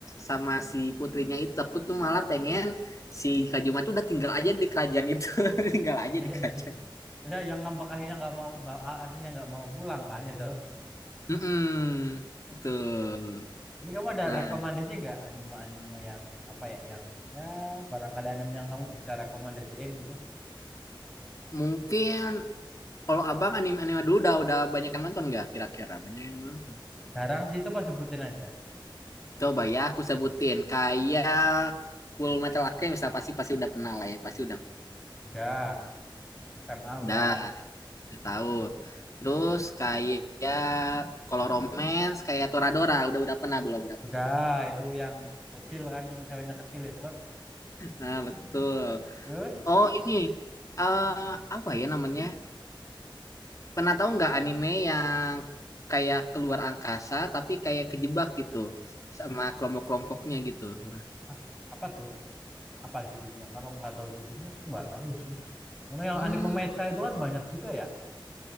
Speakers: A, on the left; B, in the centre.
A: sama si putrinya itu aku tuh malah pengen si Kak Juma tuh udah tinggal aja di kerajaan itu, <laughs> tinggal
B: oh
A: aja
B: iya
A: di kerajaan.
B: sih. Ya yang ngambek akhirnya nggak mau nggak aslinya nggak mau pulang kan itu.
A: Mm-mm, betul.
B: Tapi kamu ada
A: Nah,
B: rekomendasi nggak anime-anime yang apa ya yang ya barangkali anime yang kamu bisa rekomendasiin gitu.
A: mungkin kalau Abang anime-anime dulu udah udah banyak yang nonton gak kira-kira? Banyak yang nonton.
B: Jarang sih coba sebutin aja.
A: Coba ya aku sebutin kayak Full Metal Alchemist pasti pasti udah pernah lah ya, pasti udah
B: Udah, FMA
A: udah
B: udah.
A: Udah tahu. Terus kayak kalau romance kayak Toradora udah udah pernah belum dapet.
B: Udah, itu yang kecil kan, yang ceweknya kecil itu.
A: Nah, betul.
B: Terus,
A: Oh, ini eh apa ya namanya? Pernah tahu nggak anime yang kayak keluar angkasa tapi kayak kejebak gitu sama kelompok-kelompoknya gitu. Nah,
B: ah, apa tuh? Apa judulnya? Kalau nggak tahu judulnya, aku nggak tahu sih. Karena yang
A: Hmm,
B: anime mecha itu kan banyak juga ya.